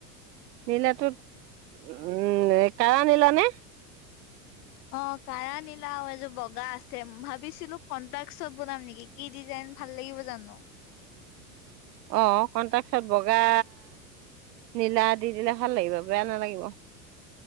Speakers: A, on the right; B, on the left.
A: নীলাটো উম কাৰা নীলা নে।
B: অ কাৰা নীলাও এযোৰ বগা আছে ভাবিছিলো কন্ট্ৰাক্সত বনাম নেকি কি ডিজাইন ভাল লাগিব জানো।
A: অ কণ্টাক্সত বগা নীলা দি দিলে ভাল লাগিব বেয়া নালাগিব।